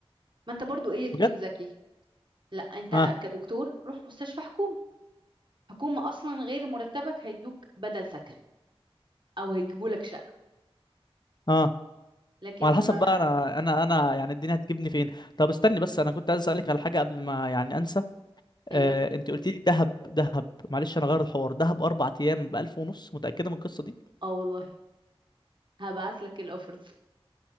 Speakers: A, on the right (about 50°); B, on the left (about 45°).
A: ما انت برضو ايه تكون
B: بجد
A: ذكي لا انت
B: اه
A: كدكتور روح مستشفى حكومة حكومة اصلا غير مرتبك هيدوك بدل سكن او هيجيبوا لك شقة
B: اه
A: لكن
B: وعلى حسب
A: ما
B: بقى انا انا انا يعني الدنيا هتجيبني فين طب استني بس انا كنت عايز اسالك على حاجه قبل ما يعني انسى آه
A: ايوه
B: انت قلت لي دهب دهب معلش انا غير الحوار دهب اربع ايام ب 1000 ونص متاكده من القصه دي
A: اه والله هبعت لك الاوفرز